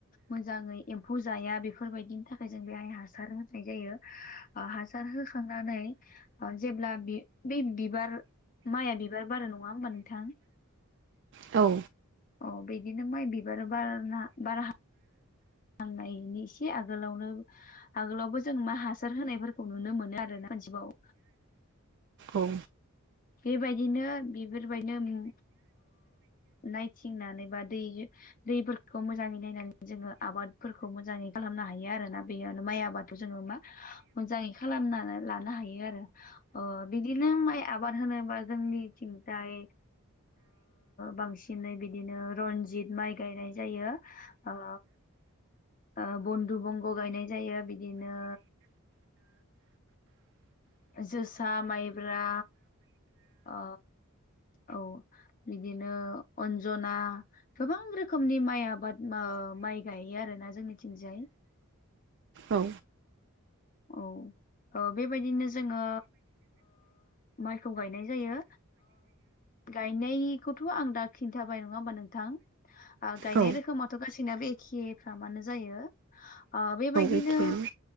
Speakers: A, on the left; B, on the right.
A: मोजाङै एम्फौ जाया बेफोरबायदिनि थाखाय जों बेहाय हासार होनाय जायो। हासार होखांनानै जेब्ला बै बिबार माइआ बिबार बारा नङा होमबा नोंथां?
B: औ
A: अ बिदिनो माइ बिबार बार बारहां फाननायनि इसे आगोलावनो आगोलावबो जों मा हासार होनायफोरखौ नुनो मोनो आरो ना मोनजेबाव
B: औ।
A: बेबायदिनो बेफोरबायदिनो नायथिंनानै बा दै दैफोरखौ मोजाङै नायनानै जोङो आबादफोरखौ मोजाङै खालामनो हायो आरोना बेयावनो माइ आबाद जोङो मा मोजाङै खालामनानै लानो हायो आरो। अ बिदिनो माइ आबाद होनोबा जोंनि सिन्थाय बांसिनै बिदिनो रनजित माइ गायनाय जायो। ओ ओ बन्दु बंग' गायनाय जायो बिदिनो जोसा माइब्रा औ औ बिदिनो अन्जना गोबां रोखोमनि माइ आबाद माइ गायो आरोना जोंनिथिंजाय
B: औ।
A: औ बेबायदिनो जोङो माइखौ गायनाय जायो। गायनायखौथ' आं दा खिन्थाबाय नङा होमबा नोंथां? गायनाय
B: औ
A: रोखोमाथ' गासैना बे एखे फ्रामानो जायो। बेबायदिनो
B: एखेयानो